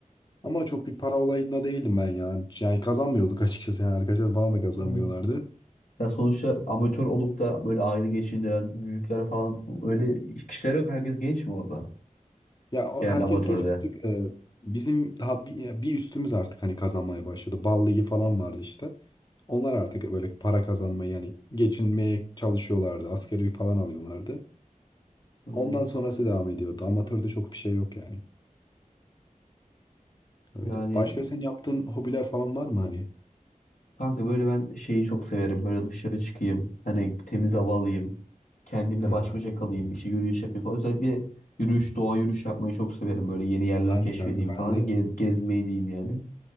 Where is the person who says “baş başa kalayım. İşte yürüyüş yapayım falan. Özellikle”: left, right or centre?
Left